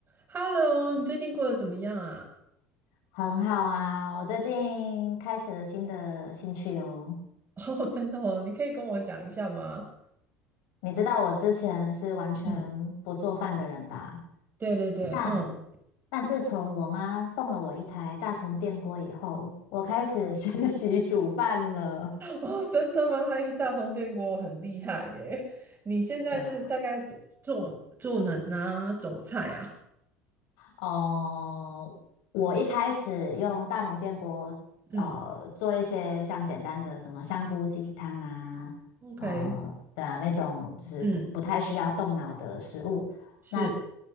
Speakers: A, on the right; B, on the left.
A: Hello，你最近过得怎么样啊？
B: 很好啊，我最近开始了新的兴趣哦。
A: <laughs> 哦，真的哦，你可以跟我讲一下吗？
B: 你知道我之前是完全不做饭的人吧？
A: 嗯，对对对，
B: 但
A: 嗯，
B: 但自从我妈送了我一台大同电锅以后，我开始 <laughs> 学习煮饭了。
A: 哦，真的吗？哎，大同电锅很厉害耶！你现在是大概做做哪哪种菜啊
B: 对哦，我一开始用大同电锅，呃，
A: 嗯
B: 做一些像简单的什么香菇鸡汤啊，
A: ？OK，
B: 呃，对啊，那种就是不不太需要动脑的食物。
A: 嗯，是，
B: 那